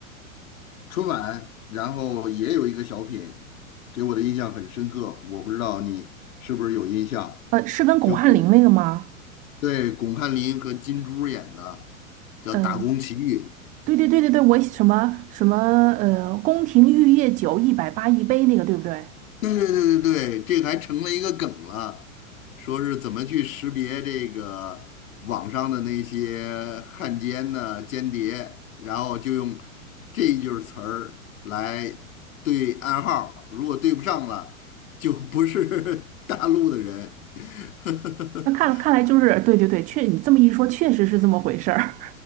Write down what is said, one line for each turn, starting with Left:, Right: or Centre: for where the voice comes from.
Left: 春晚，然后也有一个小品，给我的印象很深刻。我不知道你是不是有印象，
Right: 呃，是跟巩汉林那个吗？
Left: 就是对巩汉林和金珠演的，叫《打工奇遇》。
Right: 嗯、对对对对对，我什么什么呃，宫廷玉液酒一百八一杯那个，对不对？
Left: 对对对对对，这个还成了一个梗了，说是怎么去识别这个网上的那些汉奸呢、间谍，然后就用这一句儿词儿来对暗号儿，如果对不上了，就不是 <laughs> 大陆的人。<laughs>
Right: 那看看来就是对对对，确你这么一说，确实是这么回事儿。